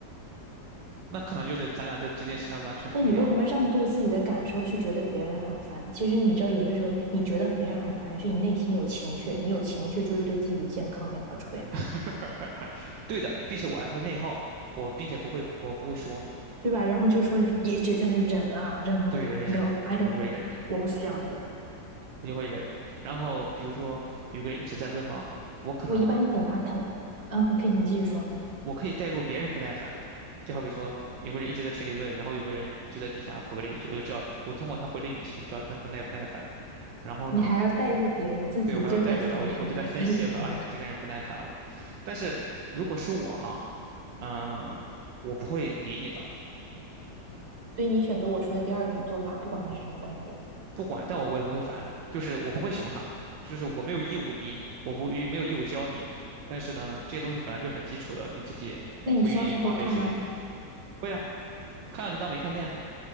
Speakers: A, on the right; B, on the right.
A: 那可能就是咱俩在这件事上完全不一样了。
B: 那你为什么让渡自己的感受去觉得别人很烦？其实你知道，有些时候你觉得别人很烦，是你内心有情绪，你有情绪就是对自己健康没好处呀。
A: <laughs> 对的，并且我还会内耗，我并且不会我不会说，
B: 对吧？然后就说一直在那忍啊忍啊忍。
A: 对，我是忍，
B: No，I
A: 我就会忍，
B: don't，我不是这样子的人。
A: 我就会忍。然后比如说有个人一直在问吧，我可能
B: 我一般等他疼，嗯，OK，你继续说。
A: 我可以带入别人不耐烦，就好比说有个人一直在群里问，然后有个人就在底下回了一句，我就知道我通过他回的语气就知道他耐不耐烦。然后呢？
B: 你还要带入别人，自己就在烦了，
A: 对，我还要带入他，我就我就在分析，
B: 还要再带入别人。
A: 我说，哎，这个人不耐烦了。但是如果是我哈，嗯、我不会理你的，
B: 所以你选择我说的第二种做法，不管是什么关系。
A: 不管，但我我也不会烦，就是我不会熊他，就是我没有义务理你，我不没有义务教你。但是呢，这些东西本来就很基础的，你自己不愿意花费时间，
B: 那你消息会看吗？
A: 会啊，看上去当没看见啊，